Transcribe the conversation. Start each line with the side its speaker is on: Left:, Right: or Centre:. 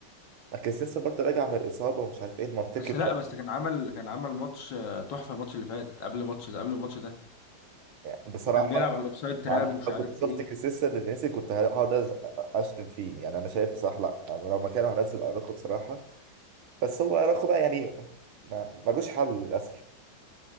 Right: ما كريستنسن برضه راجع من الإصابة ومش عارف ايه المنطقي
Left: بس لا بس كان عمل كان عمل ماتش آه، تحفه الماتش اللي فات قبل الماتش ده قبل الماتش ده
Right: بصراحة
Left: وكان بيلعب على الاوفسايد تراب
Right: انا
Left: ومش
Right: لو
Left: عارف
Right: كنت شفت
Left: ايه
Right: خسيسة للناس كنت هقعد أز- اشتم فيه يعني انا شايف صح لا أنا لو مكانه هنزل اراخو بصراحه بس هو اراخو بقى يعني ما- ملوش حل للاسف